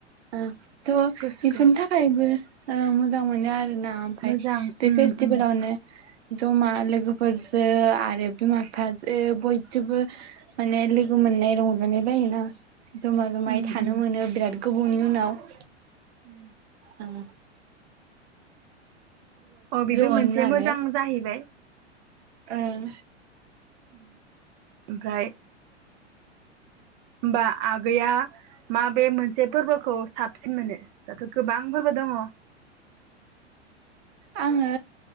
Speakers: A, on the right; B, on the right.
A: ओं। थ'
B: गोसोखौ
A: बेफोरनि थाखायबो। मोजां मोनो आरो। ना ओमफ्राय
B: मोजां
A: बे
B: उम
A: फेस्टिभेलावनो।
B: उम
A: जमा लोगोफोरजों आरो बिमा बिफाजों बयजोंबो माने लोगो मोननाय रंजानाय जायोना। जमा जमायै
B: उम
A: थानो
B: उम
A: मोनो बिराद। गोबावनि उनाव।
B: उम।
A: उम।
B: अ बेबो
A: मोनो
B: मोनसे
A: नालाय
B: मोजां जाहैबाय।
A: ओं।
B: उ <unintelligible> ओमफ्राय। होमबा आगैया मा बे मोनसे फोरबोखौ साबसिन मोनो दाथ' गोबां फोरबो दङ
A: आङो